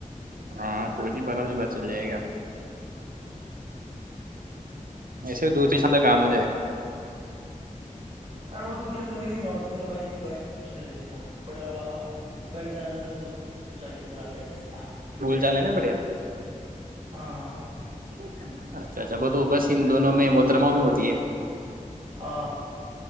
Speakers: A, on the right; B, on the right.
A: ہاں کوئی نہیں بارا بجی بات چل جائے گا ویسے دو چی سدر کام ہو جائے گا
B: ارے وہ تو کیا میں بھی نہیں جاں تو میرا بھائی بائک چلا جائے گا بڑا بڑا بائیک جانا ہے نا تو وہ جا کے ارا کیا جائے گا
A: جانے نا بڑیا
B: ہاں
A: <inaudible> ان دونوں میں محترما میں ہوتی ہے
B: آ